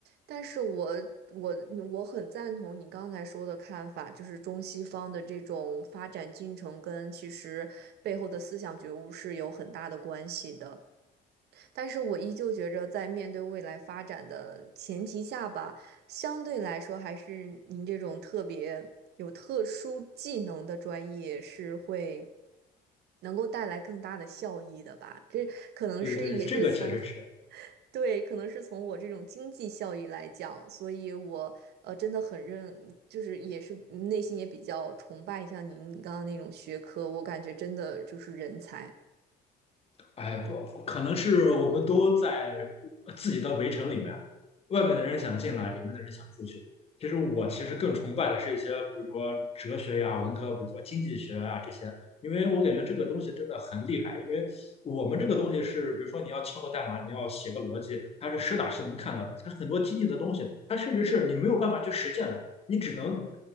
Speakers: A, on the right; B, on the left.
A: 但是我我我很赞同你刚才说的看法，就是中西方的这种发展进程跟其实背后的思想觉悟是有很大的关系的。但是我依旧觉着，在面对未来发展的前提下吧，相对来说，还是您这种特别有特殊技能的专业是会能够带来更大的效益的吧？这可能是也是从
B: 对对，这个确实是。
A: <laughs> 对，可能是从我这种经济效益来讲，所以我呃真的很认，就是也是嗯内心也比较崇拜像您刚刚那种学科，我感觉真的就是人才。
B: 哎不，可能是我们都在自己的围城里面，外面的人想进来，里面的人想出去。其实我其实更崇拜的是一些，比如说哲学呀、文科，比如说经济学啊这些，因为我感觉这个东西真的很厉害。因为我们这个东西是，比如说你要敲个代码，你要写个逻辑，它是实打实能看到的。它很多经济的东西，它甚至是你没有办法去实践的，你只能